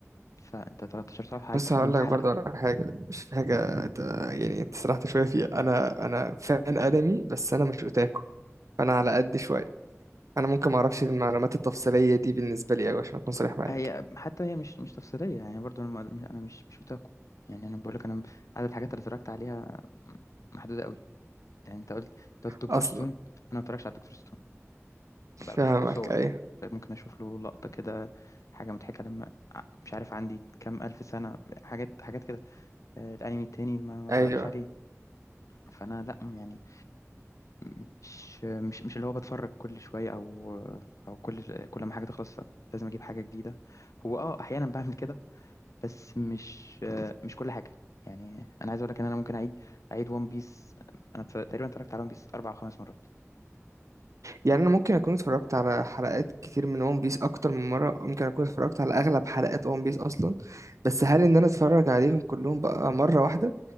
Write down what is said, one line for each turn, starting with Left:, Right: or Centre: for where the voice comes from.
Left: فأنت 13 صفحة عايز
Right: بس
Left: تخليهم
Right: هقول
Left: في
Right: لك
Left: حلقة
Right: برضه على حاجة مش في حاجة ت- يعني انت سرحت شوية فيها أنا أنا فان أنمي بس أنا مش أوتاكو فأنا على قد شوية أنا ممكن معرفش المعلومات التفصيلية دي بالنسبة لي أوي عشان أكون صريح معاك
Left: هي حتى هي مش مش تفصيلية يعني برضو أنا ما- أنا مش مش أوتاكو يعني أنا بقول لك أنا عدد الحاجات اللي اتفرجت عليها محدودة قوي يعني أنت قلت أنت قلت دكتور
Right: أصلا
Left: ستون أنا ما اتفرجتش على دكتور ستون
Right: فاهمك
Left: ب- بشوف له صور
Right: أيوه
Left: ممكن اشوف له لقطة كده حاجة مضحكة لما ع- مش عارف عندي كام الف سنة حاجات حاجات كده آه، الانمي التاني ما ما اتفرجش
Right: أيوه
Left: عليه فانا لا يعني مش مش مش اللي هو بتفرج كل شوية او او كل كل ما حاجة تخلص لازم اجيب حاجة جديدة هو اه احيانا بعمل كده بس مش <laughs> آه، مش كل حاجة يعني انا عايز اقول لك ان انا ممكن اعيد اعيد ون بيس انا اتف- تقريبا اتفرجت على ون بيس اربع او خمس مرات
Right: يعني أنا ممكن أكون اتفرجت على حلقات كتير من ون بيس أكتر من مرة ممكن أكون اتفرجت على أغلب حلقات ون بيس أصلا بس هل إن أنا أتفرج عليهم كلهم بقى مرة واحدة